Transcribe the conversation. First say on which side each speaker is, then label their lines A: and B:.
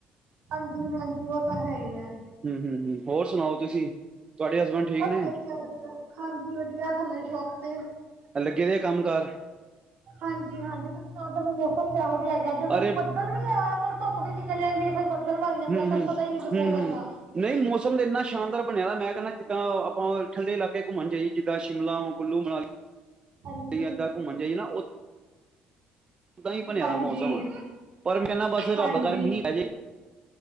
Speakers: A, on the right (about 65°); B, on the right (about 30°).
A: ਹਾਂਜੀ ਹਾਂਜੀ, ਉਹ ਤਾਂ ਹੈ ਹੀ ਐ।
B: ਹੂ ਹੂ ਹੂ, ਹੋਰ ਸੁਣਾਓ ਤੁਸੀਂ। ਤੁਹਾਡੇ ਹਸਬੈਂਡ ਠੀਕ
A: ਬਤ
B: ਨੇ
A: ਵਧੀਆ ਵਧੀਆ, ਹਾਂਜੀ ਵਧੀਆ ਥੱਲੇ ਸ਼ੋਪ ਤੇ।
B: ਐ ਲੱਗੇ ਦੇ ਆ ਕੰਮ ਕਾਰ
A: ਹਾਂਜੀ ਹਾਂਜੀ ਤੁਸੀਂ ਸੁਣਾਓ ਉਦਰ ਦਾ ਮੌਸਮ ਕਿਹੋ ਜਿਹਾ ਹੈਗਾ, ਐਦਰ ਤਾ
B: ਅਰੇ
A: ਬੱਦਲ ਵੀ ਆ, ਪਰ ਧੁੱਪ ਵੀ ਨਿਕਲ ਜਾਂਦੀ, ਫਿਰ ਬੱਦਲ ਬਣ
B: ਹੂੰ,
A: ਜਾਂਦਾ,
B: ਹੂੰ,
A: ਕੁੱਛ
B: ਹੂੰ,
A: ਪਤਾ ਹੀ ਨੀ ਮੋਸਮ
B: ਹੂੰ
A: ਦਾ।
B: ਨਹੀਂ ਮੌਸਮ ਇੰਨਾ ਸ਼ਾਨਦਾਰ ਬਣਿਆ ਹੋਇਆ, ਮੈਂ ਕਹਿੰਦਾ ਜਿੱਦਾਂ ਆਪਾਂ ਠੰਡੇ ਇਲਾਕੇ ਘੁੰਮਣ ਜਾਈਏ ਜਿੱਦਾਂ ਸ਼ਿਮਲਾ ਕੁੱਲੂ ਮਨਾਲੀ
A: ਹਾਂਜੀ
B: ਏਦਾਂ ਘੁੰਮਣ ਜਾਈਏ ਨਾ ਓਦਾਂ ਵੀ ਬਣਿਆ
A: ਹਾਂਜੀ
B: ਦਾ ਮੌਸਮ, ਪਰ ਮੈਂ ਨਾ ਬਸ
A: ਹਾਂਜੀ
B: ਰੱਬ ਕਰ ਮੀਂਹ ਪੈਜੇ।